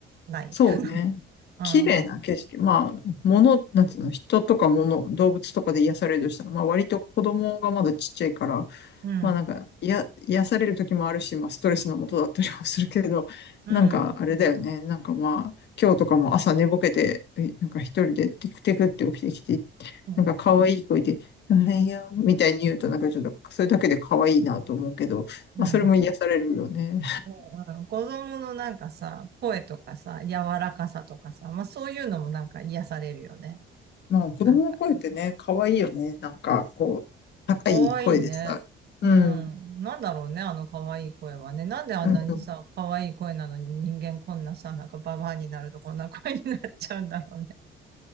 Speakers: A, on the right (about 50°); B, on the left (about 55°).
A: ない。
B: そうね。
A: <laughs> うん、
B: 綺麗な景色。まあ、物、なんていうの、人とか物、動物とかで癒されるとしたら、まあ割と子供がまだちっちゃいから、
A: うん、
B: まあなんか、や、癒される時もあるし、まあストレスのもとだったりもするけど、
A: うん、
B: なんかあれだよね。なんかまあ、今日とかも朝寝ぼけて、えなんか一人でテクテクって起きてきて、
A: うん。
B: なんか可愛い声で、うんいや、みたいに言うとなんかちょっと、それだけで可愛いなと思うけど、
A: うん
B: まあそれも癒されるよね。
A: うんうん子供のなんかさ、声とかさ、柔らかさとかさ、まあそういうのもなんか癒されるよね。
B: まあ、子供の声ってね、
A: あ
B: 可愛いよね。なんか、こう、高い声でさ。
A: かわいいね。
B: うん。
A: うん。なんだろうね、あのかわいい声はね。なんであんなにさ、
B: うん。
A: かわいい声なのに人間こんなさ、なんかババアになるとこんな声になっちゃうんだろうね。